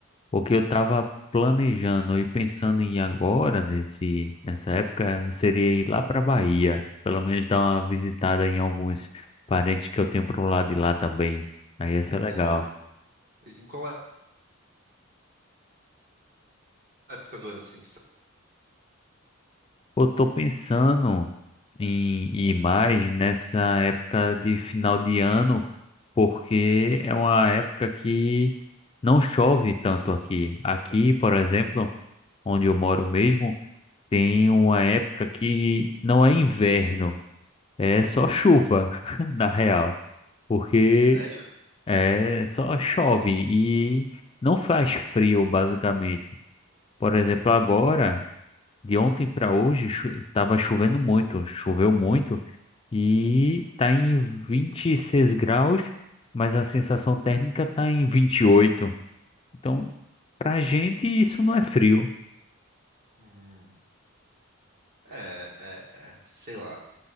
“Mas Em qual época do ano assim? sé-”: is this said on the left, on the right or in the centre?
Right